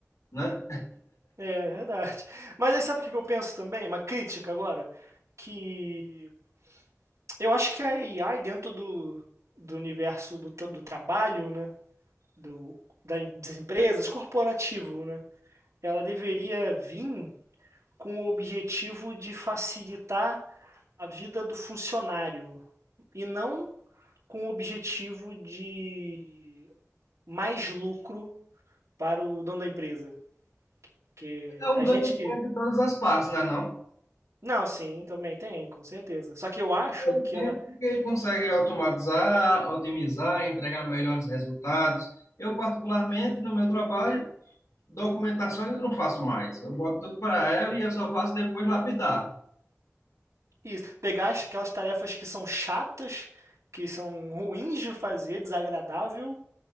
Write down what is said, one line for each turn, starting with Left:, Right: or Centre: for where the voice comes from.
Left: né?
Right: É, é verdade. <laughs> Mas aí sabe o que que eu penso também? Uma crítica agora? Que eu acho que a AI dentro do, do universo do, tra- do trabalho, né? Do, da em- das empresas, corporativo, né? Ela deveria vir com o objetivo de facilitar a vida do funcionário e não com o objetivo de mais lucro para o dono da empresa. Que
Left: É um
Right: a
Left: ganho
Right: gente que.
Left: grande de todas as partes, né, não?
Right: Não, sim, também tem, com certeza. Só que eu acho
Left: Pelo
Right: que
Left: tempo
Right: ela.
Left: que ele consegue automatizar, otimizar, entregar melhores resultados. Eu, particularmente, no meu trabalho, documentações eu não faço mais. Eu boto tudo para ela e eu só faço depois lapidar.
Right: Isso, pegar as- aquelas tarefas que são chatas, que são ruins de fazer, desagradável,